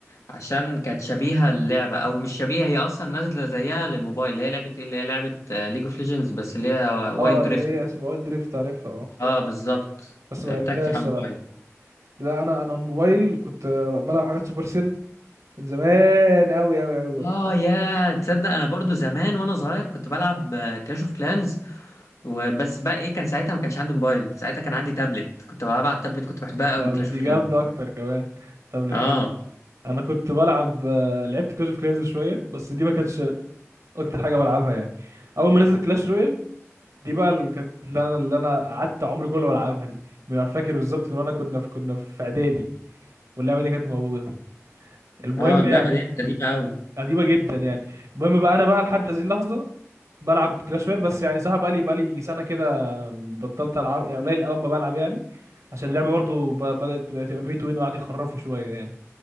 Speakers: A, on the left; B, on the right.
A: عشان كانت شبيهه اللعبه او مش شبيهه هي اصلا نازله زيها للموبايل اللي هي لعبه ايه اللي هي لعبه ليج اوف ليجندز بس اللي هي وايلد
B: اه اللي
A: ريفت
B: هي اسمها اويل دريفت عارفها اه
A: اه بالظبط
B: بس ما
A: لعبتها
B: لعبتهاش
A: كتير
B: صراحة
A: على الموبايل
B: لا أنا أنا الموبايل كنت بلعب حاجات سوبر سيل من زمان أوي أوي أوي
A: اه يا تصدق انا برضو زمان وانا صغير كنت بلعب كلاش اوف كلانز وبس بقى ايه كان ساعتها ما كانش عندي موبايل ساعتها كان عندي تابلت كنت بلعبها على التابلت كنت بحبها قوي
B: طب
A: كلاش اوف
B: دي جامدة
A: كلانس
B: أكتر كمان تابلت
A: اه
B: حلو أنا كنت بلعب آه، لعبت كلاش اوف كلانز شوية بس دي ما كانتش أكتر حاجة بلعبها يعني أول ما نزلت كلاش رويال دي بقى اللي كانت اللي أنا اللي أنا قعدت عمري كله بلعبها دي من أنا فاكر بالظبط من وأنا كنا في كنا في إعدادي واللعبة دي كانت موجودة المهم
A: اه اللعبه
B: يعني
A: دي قديمه قوي
B: قديمة جدا يعني المهم بقى أنا بقى لحد هذه اللحظة بلعب كلاش رويال بس يعني صراحة بقى لي بقى لي يجي سنة كده بطلت ألعب يعني قليل أوي ما بلعب يعني عشان اللعبة برضو ب- بدأت تبقى بي تو وين وقعدوا يخرفوا شوية يعني